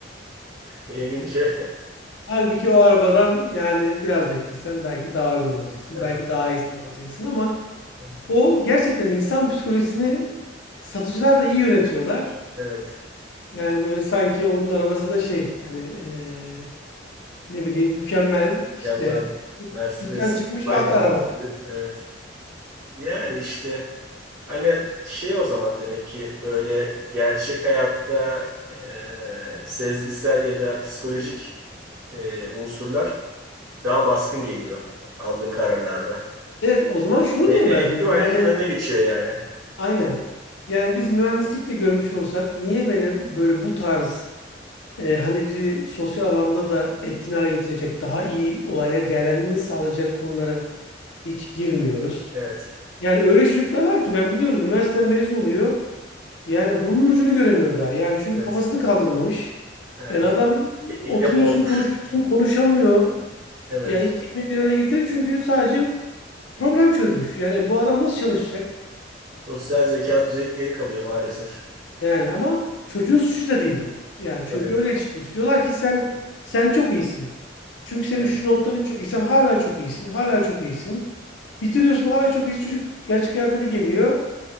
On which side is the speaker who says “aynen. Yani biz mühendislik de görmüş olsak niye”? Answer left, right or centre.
Left